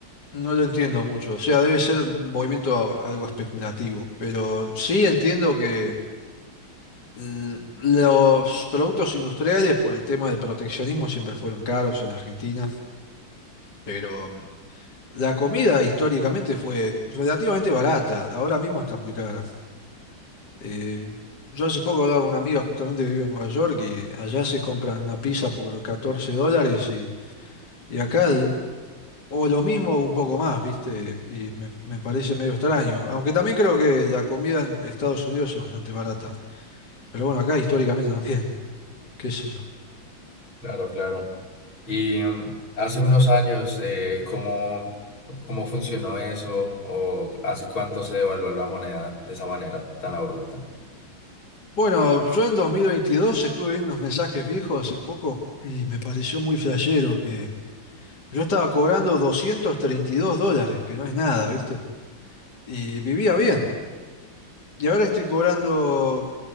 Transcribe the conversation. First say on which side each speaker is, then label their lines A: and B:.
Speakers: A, on the left; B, on the left.
A: no lo entiendo mucho. O sea, debe ser un movimiento a- algo especulativo, pero sí entiendo que l- los productos industriales por el tema del proteccionismo siempre fueron caros en Argentina, pero mm, la comida históricamente fue relativamente barata, ahora mismo está muy cara. Eh, yo hace poco hablaba con una amiga justamente que vive en Nueva York y allá se compran una pizza por 14 dólares y, y acá el- o lo mismo o un poco más, ¿viste? Y me, me parece medio extraño. Aunque también creo que la comida en Estados Unidos es bastante barata. Pero bueno, acá históricamente también, <laughs> qué sé yo.
B: Claro, claro. Y mm, hace unos años, eh, ¿cómo, cómo funcionó eso? ¿O hace cuánto se devaluó la moneda de esa manera tan abrupta?
A: Bueno, yo en 2022 estuve viendo unos mensajes viejos hace poco y me pareció muy flashero que yo estaba cobrando 232 dólares, que no es nada, ¿viste? Y vivía bien. Y ahora estoy cobrando